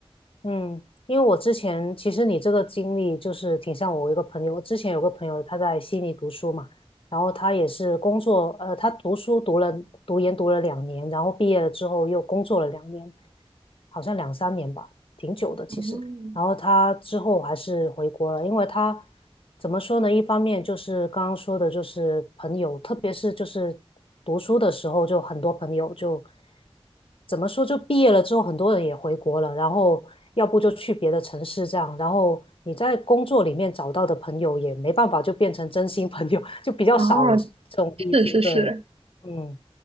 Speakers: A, on the left; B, on the right.
A: 嗯，因为我之前其实你这个经历就是挺像我一个朋友，我之前有个朋友他在悉尼读书嘛，然后他也是工作，呃，他读书读了读研读了两年，然后毕业了之后又工作了两年，好像两三年吧，挺久的其实。
B: <laughs>
A: 然后他之后还是回国了，因为他怎么说呢？一方面就是刚刚说的，就是朋友，特别是就是读书的时候，就很多朋友就怎么说，就毕业了之后，很多人也回国了，然后要不就去别的城市这样，然后你在工作里面找到的朋友也没办法就变成真心朋友，<laughs> 就比较少这这种例子，
B: 哦，哦，是是是，
A: 对，嗯。